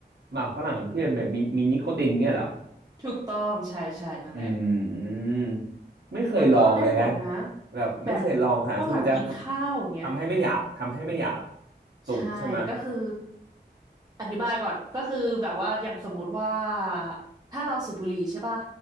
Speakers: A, on the right; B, on the right.
A: หมากฝรั่งที่เป็นแบบมีมีนิโคตินเนี่ยเหรอ
B: ถูกต้องใช่ใช่นั่นแหละ
A: อืมไม่เคยลองเลยฮะ
B: มันก็ได้ผลนะ
A: แบบไม่เคยลองค่ะคือมันจะ
B: แบบพวกหลังกินข้าวอย่างเงี้ย
A: ทำให้ไม่อยากทำให้ไม่อยากสูบใช่ไหม
B: ใช่ก็คืออธิบายก่อนก็คือแบบว่าอย่างสมมุติว่าถ้าเราสูบบุหรี่ใช่ป่ะ